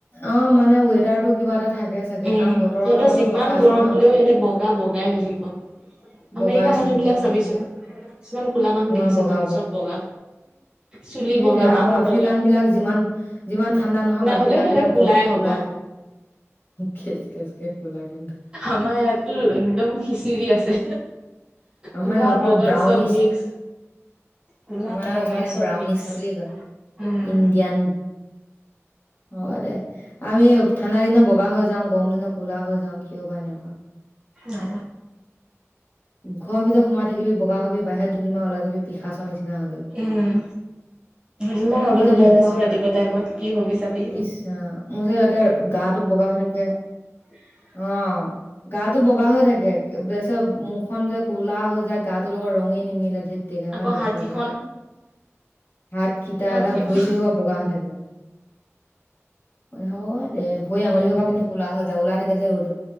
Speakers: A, on the left; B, on the right.
A: অ মানে ৱেডাৰটো কিবা এটা থাকে চাগে
B: উম
A: কাৰণ বতৰৰ
B: সিহঁতৰ
A: লগতো
B: যিমান
A: কথা আছে
B: গৰম
A: ন
B: হলেও সিহঁতে বগা বগাই হৈ থাকিব।
A: বগাই
B: আমেৰিকা মানুহ
A: থাকিব
B: বিলাক চাবিচোন।
A: সেনেকুৱা
B: কিছুমান কুলা মানুহ
A: নোৱা
B: দেখিছ
A: বগা
B: জানো চব বগা, চুলি
A: সেইটোয়ে
B: বগা, মানুহ
A: আৰু আফ্ৰিকান
B: বগা।
A: বিলাক যিমান যিমান ঠাণ্ডা নহওক আফ্ৰিকান
B: হ'লেও সিহঁতে
A: বিলাক
B: কোলাই
A: ব
B: হ'ব।
A: ওলাই। খেচ খেচ কে কুলা কিন্তু।
B: আমাৰ ইয়াততো একদম খিচিৰি আছে।
A: আমাৰ
B: ক'লা
A: হ পৰা
B: বগা
A: ব্ৰাউনিছ
B: চব মিক্স। ক'লা
A: আমাৰ
B: বগা
A: সেইকাৰণে
B: চব
A: ব্ৰাউনিচ
B: মিক্স।
A: বুলি কয়
B: উম।
A: ইণ্ডিয়ান। হয় দে আমি ঠাণ্ডা দিনত বগা হৈ যাওঁ গৰম দিনত ক'লা হৈ যাওঁ। কিয় বা এনেকুৱা।
B: অ
A: ঘৰৰ ভিতৰত সোমাই থাকিবি বগা হবি বাহিৰত দুদিন মাহ ওলাই যাবি পিখা চৰ নিচিনা হৈ যাবি।
B: উম, দুদিনমান ৰ'দত
A: মোৰ যে
B: ওলাই
A: মুখ
B: যাচোন ৰাতিপুৱা টাইমত কি হবি চাবি।
A: ইচ ৰাম মোৰ যে একে গাটো বগা হৈ থাকিলে
B: হয় <inaudible>
A: অ গাটো বগা হৈ থাকে। বেছৰ মুখখনন যে কোলা হৈ যায় গাটোৰ লগত ৰঙে নিমিলে ধে। তেক ইমান
B: আকৌ
A: দুখ
B: হাত কেইখন
A: লাগে, হাত কেইটা
B: হাত
A: এটা
B: কেইখন
A: ভৰি চৰি হোপা বগা হৈ থাকে। হয় দে ভৰি আঙুলি হ পৰা কিন্তু ক'লা হৈ যায় ওলাই থাকে যে ৰ'দত।